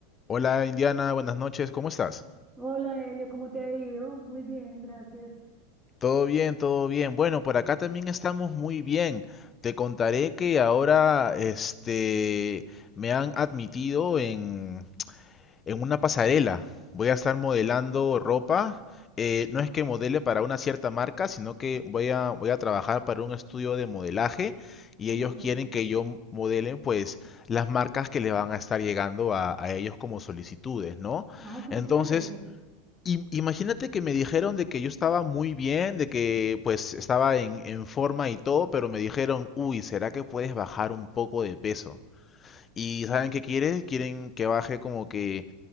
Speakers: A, on the left; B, on the right.
A: Hola Indiana, buenas noches, ¿cómo estás?
B: Hola Elio, ¿cómo te ha ido? Muy bien, gracias.
A: Todo bien, todo bien. Bueno, por acá también estamos muy bien. Te contaré que ahora este me han admitido en, en una pasarela. Voy a estar modelando ropa. Eh, no es que modele para una cierta marca, sino que voy a, voy a trabajar para un estudio de modelaje y
B: Ok.
A: ellos quieren que yo modele pues las marcas que le van a estar llegando a, a ellos como solicitudes, ¿no?
B: Ah, qué
A: Entonces,
B: chévere.
A: Im- Imagínate que me dijeron de que yo estaba muy bien, de que pues estaba en, en forma y todo, pero me dijeron, uy, ¿será que puedes bajar un poco de peso? Y ¿saben qué quieren? Quieren que baje como que